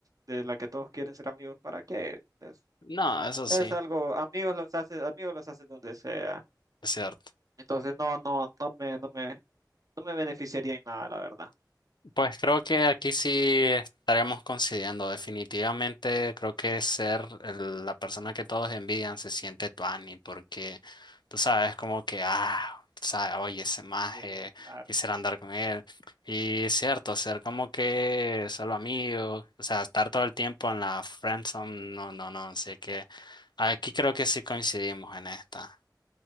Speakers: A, on the right; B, on the left.
A: de la que todos quieren ser amigos, ¿para qué? Es,
B: No, eso
A: es
B: sí,
A: algo, amigos los haces, amigos los haces donde sea.
B: es cierto.
A: Entonces, no, no, no me, no me, no me beneficiaría en nada, la verdad.
B: Pues creo que aquí sí estaremos coincidiendo. Definitivamente creo que ser el- la persona que todos envidian se siente tuani porque tú sabes como que, ah, tú sabes, oye, ese maje,
A: Sí, claro.
B: quisiera
A: bro.
B: andar con él. Y es cierto, ser como que solo amigo, o sea, estar todo el tiempo en la friendzone, no, no, no. Así que aquí creo que sí coincidimos en esta.